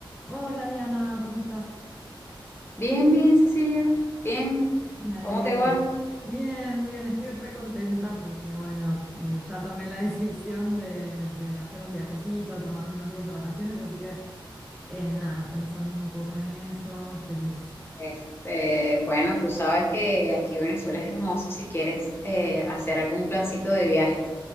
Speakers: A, in the centre; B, on the left (about 25°).
A: Hola Diana, ¿cómo estás?
B: Bien, bien, Cecilia, bien.
A: Me alegro.
B: ¿Cómo te va?
A: Bien, bien, estoy re contenta porque bueno, eh, ya tomé la <laughs> decisión de, de hacer un viajecito, tomarme unos días de vacaciones, así que eh, nada, pensando un poco en eso, feliz.
B: Este, bueno, tú sabes que aquí Venezuela es hermoso si quieres eh, hacer algún plancito de viaje.